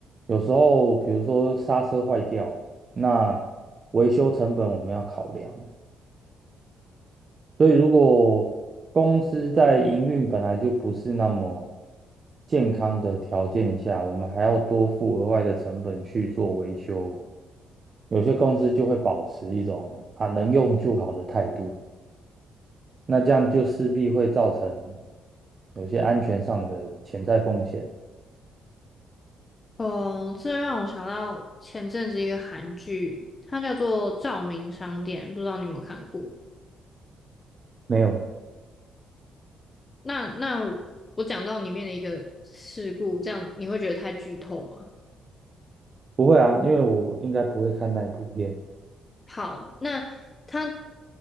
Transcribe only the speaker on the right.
有时候，比如说刹车坏掉，那维修成本我们要考量。所以，如果公司在营运本来就不是那么健康的条件下，我们还要多付额外的成本去做维修，有些公司就会保持一种啊能用就好的态度。那这样就势必会造成有些安全上的潜在风险。
没有，
不会啊，因为我应该不会看那一部片。